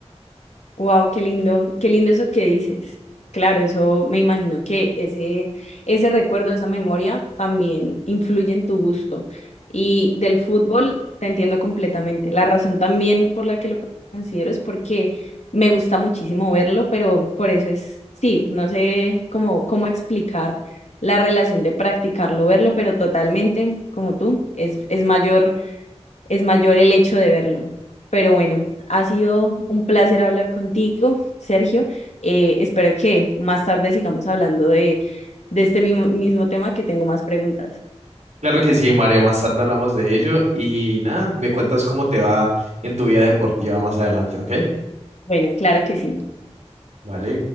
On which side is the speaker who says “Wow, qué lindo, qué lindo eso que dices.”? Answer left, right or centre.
Left